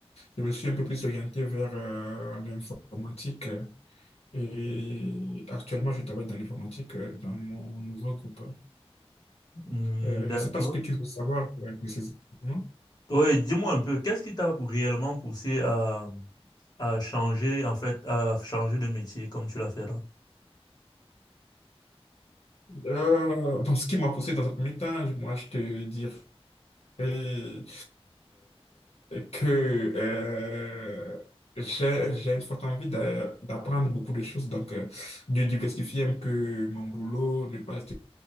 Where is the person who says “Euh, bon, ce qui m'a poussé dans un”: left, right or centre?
Left